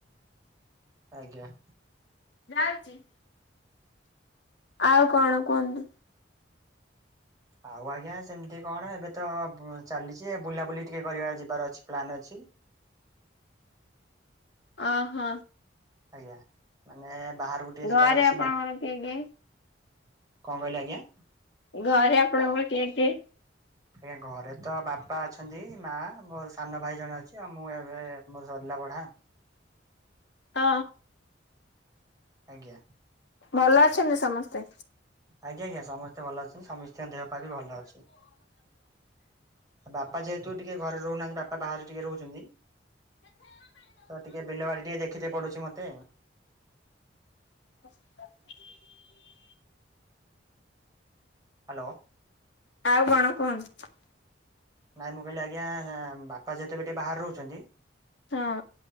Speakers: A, on the right; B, on the left.
A: ଆଜ୍ଞା।
B: ଯାଉଚି। ଆଉ କଣ କୁହନ୍ତୁ।
A: ଆଉ ଆଜ୍ଞା ସେମତି କଣ ଏବେ ତ ବୁ ଚାଲିଚି ଏ ବୁଲାବୁଲି ଟିକେ କରିବା ଯିବାର ଅଛି ପ୍ଲାନ୍ ଅଛି। ଇ
B: ଅହ।
A: ଆଜ୍ଞା ମାନେ ବାହାରୁକୁ ଟିକେ
B: ଘରେ
A: ଯିବାର ଅଛି
B: ଆପଣଙ୍କର
A: ନେ କଁ
B: କିଏ କିଏ?
A: କହିଲେ ଆଜ୍ଞା?
B: ଘରେ ଆପଣଙ୍କର କିଏ କିଏ
A: ଆଜ୍ଞା ଘରେ ତ ବାପା ଅଛନ୍ତି ମା ମୋର ସାନ ଭାଇ ଜଣେ ଅଛି ଆଉ ମୁଁ ଏବେ ମୋର ସରିଲା ଆ ବଢ଼ା
B: ଅ
A: ଆଜ୍ଞା।
B: ଭଲ ଅଛନ୍ତି ସମସ୍ତେ?
A: ଆଜ୍ଞା ଆଜ୍ଞା। ସମସ୍ତେ ଭଲ ଅଛନ୍ତି ସମସ୍ତିଙ୍କ ଦେହ ପା ବି ଭଲ ଅଛି। ଆ ବାପା ଯେହେତୁ ଟିକେ ଘରେ ରହୁନାହାନ୍ତି ବାପା ବାହାରେ ଟିକେ ରହୁଚନ୍ତି ତ ଟିକେ ବିଲ ବାଡ଼ି ଟିକେ ଦେଖିତେ ପଡ଼ୁ ଚି ମତେ।
B: <inaudible>
A: ହାଲୋ।
B: ଆଉ କଣ କୁହନ୍ତୁ।
A: ନାଇଁ ମୁଁ କହିଲି ଆଜ୍ଞା ବାପା ଯେହେତୁ ଏବେ ଟିକେ ବାହାରେ ରହୁଚନ୍ତି
B: ହଁ।